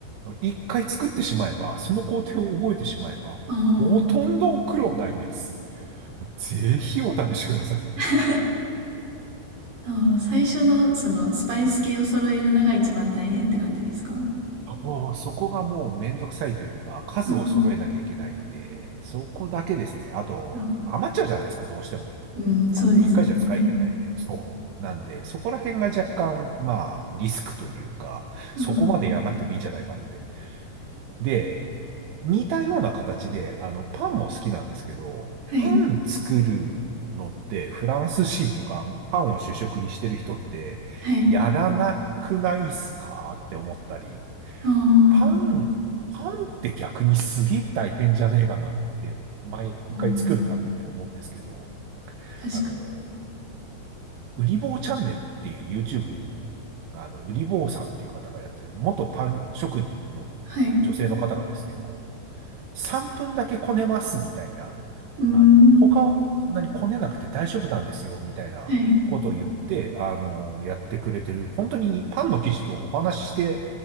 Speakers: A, on the right; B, on the right.
A: 一回作ってしまえば、その工程を覚えてしまえば、
B: あ
A: ほとんど苦労ないです。
B: ー
A: もうぜひお試しください。
B: <laughs> あー、最初のそのスパイス系を揃えるのが一番大変って感じですか
A: おーそこがもうめんどくさいというか、数を揃えなきゃいけないんで、
B: うん。
A: そこだけですね。あと、
B: あ
A: 余っちゃうじゃないですか、どうしても。
B: ーうん、そうですね。
A: あの、一回じゃ使い切れないんで、
B: はい。
A: そう。なんで、そこら辺が若干、まあ、リスクというか、
B: あー
A: そこまでやらなくてもいいんじゃないかって。で、似たような形で、あの、パンも好きなんですけど、
B: <laughs> はい。
A: パン作るのって、フランス人とか、パンを主食にしてる人って、
B: はい。
A: やらなくないっすかって思ったり、
B: ああ、
A: パン、パンって逆にすげえ大変じゃねえかなって、毎回作るたんびに思うんですけど、
B: うん。確かに。
A: あの、うり坊チャンネルっていう YouTube、あの、うり坊さんっていう方がやってる、元パン職人の女性の方がですね、
B: はい。
A: こ3分だけこねますみたいな、
B: うーん。
A: あの、他はそんなにこねなくて大丈夫なんですよみたいなことを言って、
B: はい。
A: あの、やってくれてる、本当にパンの生地とお話しして、